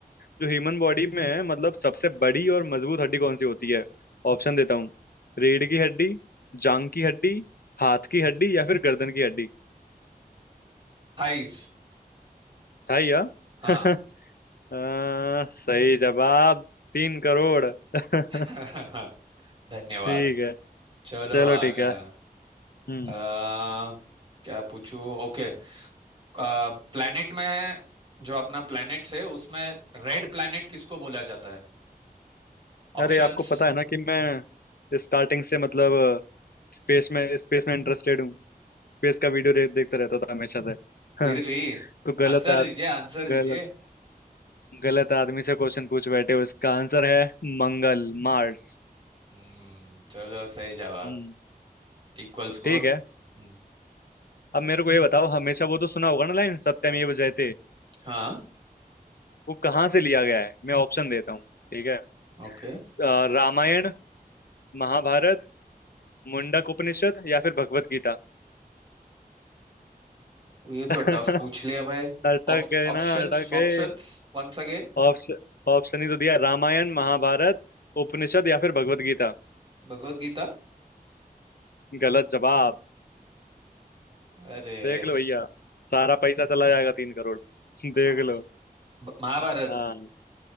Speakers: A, on the left; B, on the right.
A: जो ह्यूमन बॉडी में है मतलब सबसे बड़ी और मजबूत हड्डी कौन सी होती है ऑप्शन देता हूँ रीढ़ की हड्डी जांग की हड्डी हाथ की हड्डी या फिर गर्दन की हड्डी
B: थाइज
A: था या
B: हाँ
A: <laughs> अ, सही जवाब तीन करोड़ <laughs>
B: <laughs> धन्यवाद
A: ठीक है
B: चलो
A: चलो
B: आगे
A: ठीक है हम्म
B: आ, क्या पूछूं ओके प्लेनेट में जो अपना प्लेनेट है उसमें रेड प्लेनेट किसको बोला जाता है ऑप्शंस
A: अरे आपको पता है ना कि मैं स्टार्टिंग से मतलब स्पेस में स्पेस में इंटरेस्टेड हूँ स्पेस का वीडियो देखता रहता था हमेशा से
B: फिर
A: हाँ
B: भी
A: तो गलत
B: आंसर दीजिए
A: आ
B: आंसर दीजिए
A: गलत गलत आदमी से क्वेश्चन पूछ बैठे हो इसका आंसर है मंगल मार्स
B: हम्म चलो सही जवाब
A: हम्म
B: Equal score
A: ठीक
B: हम्म
A: है अब मेरे को ये बताओ हमेशा वो तो सुना होगा ना लाइन सत्यमेव जयते
B: हाँ
A: वो कहाँ से लिया गया है मैं ऑप्शन देता हूँ ठीक है
B: ओके
A: स- अ, रामायण महाभारत मुंडक उपनिषद या फिर भगवत गीता
B: ये तो
A: <laughs>
B: टफ पूछ लिया भाई
A: अटक
B: Op,
A: गए
B: options
A: ना अटक गए
B: options Once again
A: ऑप्शन ऑप्शन ही तो दिया रामायण महाभारत उपनिषद या फिर भगवत गीता
B: Bhagavad Gita
A: गलत जवाब
B: अरे
A: देख लो भैया सारा पैसा चला जाएगा तीन करोड़ <laughs>
B: फ-
A: देख लो
B: ब- महाभारत
A: हाँ